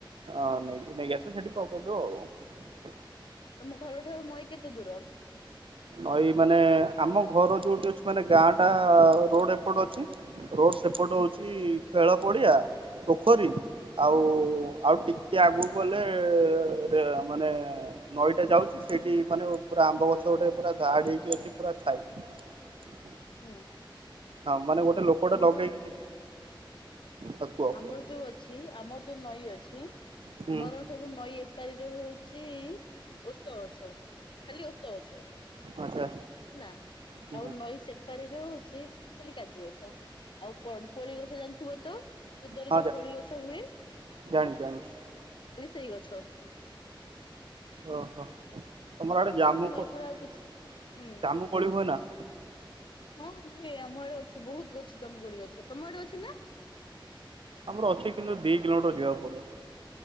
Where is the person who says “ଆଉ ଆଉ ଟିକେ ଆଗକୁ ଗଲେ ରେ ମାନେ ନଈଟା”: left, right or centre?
Right